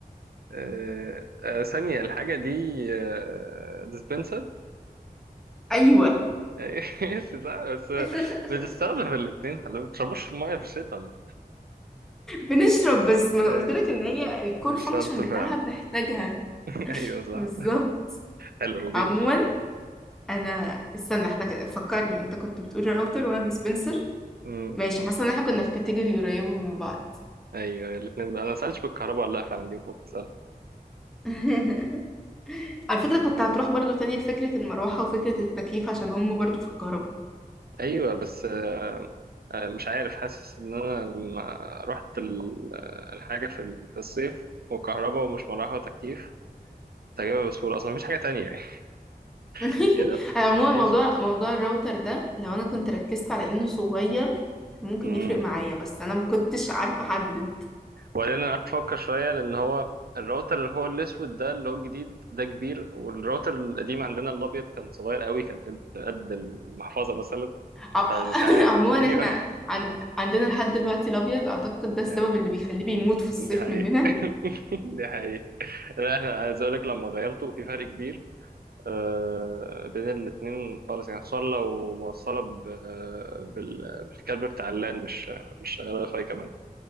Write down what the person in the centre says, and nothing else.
ايوه
<laughs>
بنشرب بس ما انا
قلت
لك ان هي الكور
فانكشن
بتاعها بنحتاجها
بالظبط
عموما
انا استنى احنا كده فكرني انت كنت بتقول راوتر وانا ديسبنسر
ماشي حاسه ان احنا كنا في كاتيجوري قريبه من بعض
<laughs> على فكره كنت هتروح برضو تاني لفكره المروحه وفكره التكييف عشان هم برضو في الكهرباء
<laughs>
انا عموما
موضوع موضوع الراوتر ده لو انا كنت ركزت على انه صغير كان ممكن
يفرق معايا بس انا ما كنتش عارفه احدد
ع-
<laughs>
عموما
احنا عن... عندنا لحد دلوقتي الابيض اعتقد ده السبب
اللي بيخليه بيموت في الصيف
مننا